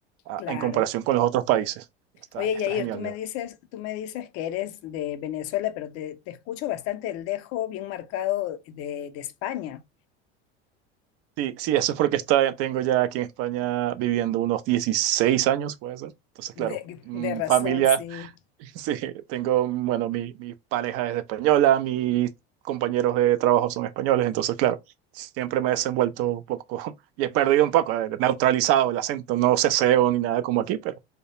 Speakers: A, on the right (about 50°); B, on the left (about 50°).
A: a-
B: Claro.
A: en comparación con los otros países. Está,
B: Oye,
A: está
B: Yair,
A: genial,
B: tú me dices, tú me dices que eres de Venezuela, pero te, te escucho bastante el dejo bien marcado de, de España.
A: Sí, sí, eso es porque está, tengo ya aquí en España viviendo unos 16 años, puede ser. Entonces,
B: De,
A: claro, mm,
B: de razón,
A: familia,
B: sí.
A: <laughs> sí, tengo, bueno, mi, mi pareja es española, mis compañeros de trabajo son españoles, entonces, claro, siempre me he desenvuelto un poco <laughs> y he perdido un poco, eh, neutralizado el acento, no ceseo ni nada como aquí, pero,